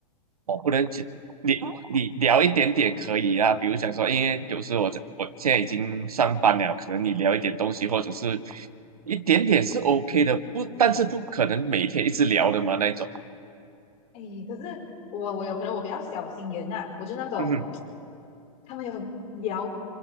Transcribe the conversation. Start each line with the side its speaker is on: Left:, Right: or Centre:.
Right: 我不能解你你聊一点点可以啊，比如讲说，因为有时候我在我现在已经上班了，可能你聊一点东西，或者是一点点是 OK 的，不，但是不可能每天一直聊的嘛那种。
Left: <laughs> 哎，可是我我有可能我比较小心眼呐、我就那种
Right: 嗯哼，
Left: 他们有聊